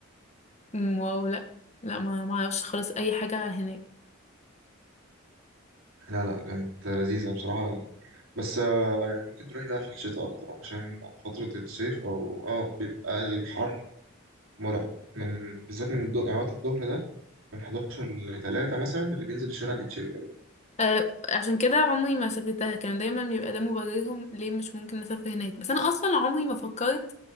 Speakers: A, on the left; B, on the right.
A: أمم، واو لا لا ما ما اعرفش خالص اي حاجة عن هناك
B: لا لا كانت لذيذة بصراحة يعني بس آه، يعني ممكن تروح بقى في الشتاء أكتر عشان فترة الصيف أو آه بيبقى الحر مرعب من بالذات من الضوء يعني وقت الظهر ده من 11 ل 3 مثلا اللي بينزل الشارع بيتشوي غالبا
A: آه عشان كده عمري ما سافرتها كان دايما بيبقى ده مبررهم ليه مش ممكن نسافر هناك بس انا اصلا عمري ما فكرت